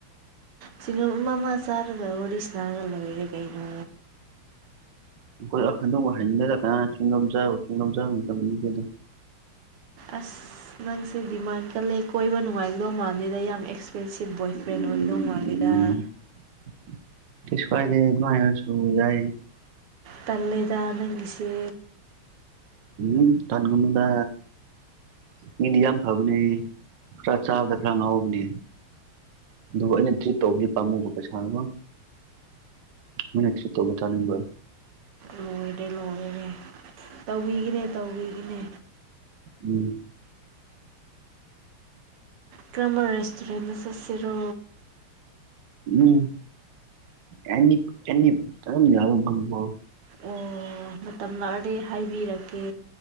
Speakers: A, on the right (about 80°); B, on the right (about 60°).
A: ꯁꯤꯡꯒꯝ ꯑꯃ ꯑꯃ ꯆꯥꯔꯒ ꯋꯥꯔꯤ ꯁꯥꯟꯅꯔ ꯂꯩꯔꯦ ꯀꯩꯅꯣ
B: ꯑꯩꯈꯣꯏ ꯑ ꯑꯗꯨꯒꯨꯝꯕꯨ ꯍꯩꯅꯗꯦꯗ ꯀꯅꯥꯅ ꯆ꯭ꯌꯨꯡꯒꯝ ꯆꯥꯕ ꯆ꯭ꯌꯨꯡꯒꯝ ꯆꯥꯕ ꯃꯇꯝ ꯅꯠꯇꯦꯗ
A: ꯑꯁ ꯅꯪꯁꯦ ꯗꯤꯃꯥꯟ ꯀꯜꯂꯦ ꯀꯣꯏꯕ ꯅꯨꯡꯉꯥꯏꯒꯗꯧ ꯃꯥꯥꯟꯗꯦ ꯌꯥꯝ ꯑꯦꯛꯁꯄꯦꯟꯁꯤꯞ ꯕꯣꯏꯐ꯭ꯔꯦꯟ
B: ꯎꯝ
A: ꯑꯣꯏꯔꯝꯗꯧ ꯃꯥꯂꯤꯗ
B: <inaudible> ꯀꯩꯁꯨ ꯀꯥꯏꯗꯦ ꯗꯨꯃꯥꯢꯅꯁꯨ ꯌꯥꯏ
A: ꯇꯜꯂꯦꯗ ꯅꯪ ꯏꯁꯦ
B: ꯎꯝ ꯇꯟꯒꯅꯨꯗ ꯃꯤꯗꯤ ꯌꯥꯝ ꯐꯕꯅꯦ ꯈꯔ ꯆꯥꯕꯗ ꯈꯔ ꯉꯥꯎꯕꯅꯦ ꯑꯗꯨꯒ ꯑꯩꯅ ꯇ꯭ꯔꯤꯠ ꯇꯧꯕꯗꯤ ꯄꯥꯝꯃꯨꯕ ꯄꯩꯁꯥ ꯑꯃ ꯃꯤꯅ ꯇ꯭ꯔꯤꯠ ꯇꯧꯕ ꯆꯥꯅꯤꯡꯕ
A: ꯂꯣꯏꯔꯦ ꯂꯣꯏꯔꯦ ꯇꯧꯕꯤꯒꯤꯅꯦ ꯇꯧꯕꯤꯒꯤꯅꯦ
B: ꯎꯝ
A: ꯀꯔꯝꯕ ꯔꯦꯁꯇꯨꯔꯦꯟꯗ ꯆꯠꯁꯤꯔꯣ
B: ꯎꯝ ꯑꯦꯅꯤ ꯑꯦꯅꯤ ꯑꯗꯨꯝ ꯌꯥꯕ ꯃꯐꯝꯗꯀꯣ
A: ꯑꯣ ꯃꯇꯝ ꯂꯥꯛꯑꯗꯤ ꯍꯥꯏꯕꯤꯔꯛꯀꯦ